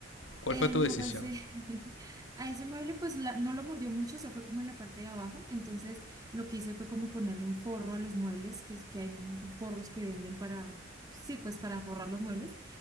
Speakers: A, on the left (about 85°); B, on the right (about 20°).
A: ¿Cuál
B: Eh,
A: fue tu
B: no,
A: decisión?
B: pues eh, <laughs> a ese mueble pues la- no lo mordió mucho, se fue como en la parte de abajo, entonces lo que hice fue como ponerle un forro a los muebles, que, es- que hay forros que venden para, sí, pues para forrar los muebles